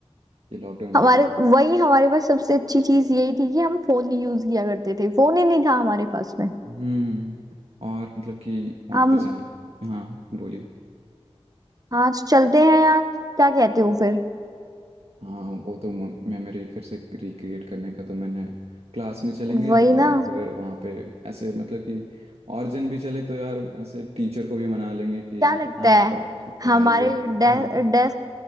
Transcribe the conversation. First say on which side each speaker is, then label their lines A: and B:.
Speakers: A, on the right; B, on the right.
A: ये लॉकडाउन
B: हमारे
A: के कारण
B: वही हमारे पास सबसे अच्छी चीज यही थी कि हम फोन नहीं यूज किया करते थे फोन ही नहीं था हमारे पास में
A: हम्म और मतलब कि वहाँ
B: हम
A: पे जाएं हाँ बोलिए
B: आज चलते हैं यार क्या कहते हो फिर
A: हाँ वो तो मेमोरी फिर से रिक्रिएट करने का तो मैंने क्लास में चलेंगे
B: वही
A: और
B: ना
A: फिर वहाँ पे ऐसे मतलब कि और जन भी चले तो यार ऐसे टीचर को भी मना लेंगे कि
B: क्या लगता
A: आप
B: है
A: पढ़- पढ़ाइए
B: हमारे
A: हम्म
B: डे, डेस्क